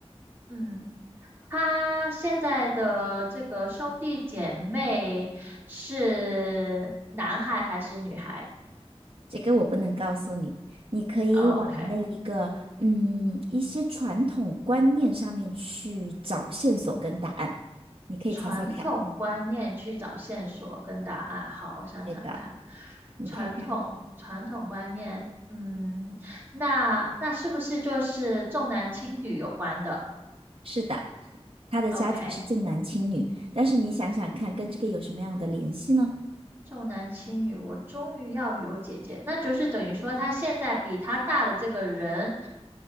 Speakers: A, on the right; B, on the right.
A: 嗯，他现在的这个兄弟姐妹是男孩还是女孩
B: 这个我不能告诉你，你可以往那一个嗯一些传统观念上面去找线索跟答案，
A: ？OK，
B: 你可以猜猜看。
A: 传统观念去找线索跟答案。好，我想想看，
B: 对的，你看看，
A: 传统传统观念，嗯，那那是不是就是重男轻女有关的
B: 是的，他的家庭是重男轻女，
A: ？OK。
B: 但是你想想看，跟这个有什么样的联系呢？
A: 重男轻女，我终于要有姐姐，那就是等于说他现在比他大的这个人